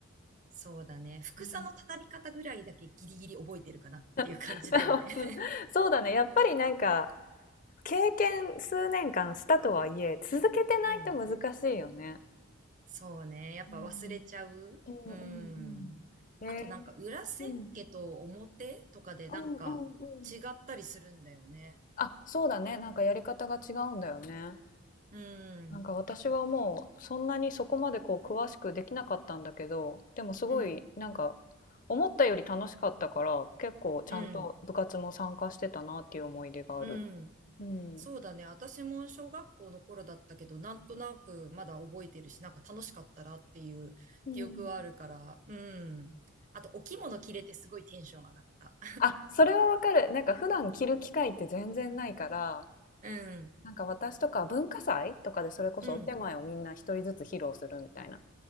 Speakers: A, on the right (about 35°); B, on the left (about 40°).
A: そうだね。服さの畳み方ぐらいだけギリギリ覚えてるかなっていう感じだよね。
B: うん <laughs>
A: <laughs>
B: そうだね。やっぱりなんか経験数年間したとはいえ、続けてないと難しいよね。
A: うん。そうね。やっぱ忘れちゃう。
B: うんうんうんうん。
A: うん。
B: えー、
A: あとなんか裏千家と表とかでなんか違ったりするんだよね。
B: うんうんうんうんあ、そうだね。なんかやり方が違うんだよね。
A: うん。
B: なんか私はもうそんなにそこまでこう詳しくできなかったんだけど、でもすごいなんか
A: うん。
B: 思ったより楽しかったから結構ちゃんと部活も参加してたなっていう思い出がある。
A: うん。うん。
B: うん。
A: そうだね。私も小学校の頃だったけど、なんとなくまだ覚えてるし、なんか楽しかったなっていう記憶はあるから、
B: うん。
A: うん。あと、お着物着れてすごいテンション上がった。
B: あ、それはわかる。なんか普段着る機会って全然ないから、
A: <laughs> うん。
B: なんか私とか文化祭とかでそれこそお手前をみんな一人ずつ披露するみたいな。
A: うん。